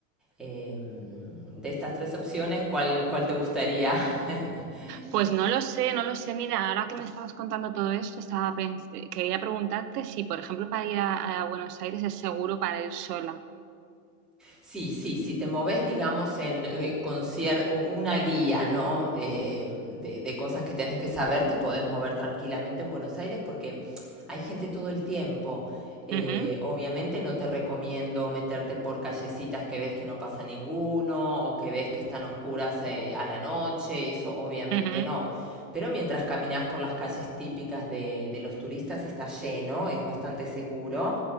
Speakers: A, in the centre; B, on the right.
A: Eh, de estas tres opciones, ¿cuál, cuál te gustaría <laughs>
B: Pues no lo sé, no lo sé. Mira, ahora que me estabas contando todo esto, estaba pens- quería preguntarte si, por ejemplo, para ir a, a Buenos Aires es seguro para ir sola.
A: Sí, sí, si te moves, digamos, en eh, con cier- u- una guía, ¿no? Eh, de, de cosas que tenés que saber, te podés mover tranquilamente en Buenos Aires porque hay gente todo el tiempo. Eh,
B: Ujú,
A: obviamente no te recomiendo meterte por callecitas que ves que no pasa ninguno o que ves que están oscuras eh, a la noche, eso obviamente
B: ujú,
A: no. Pero mientras caminas por las calles típicas de, de los turistas está lleno, es bastante seguro.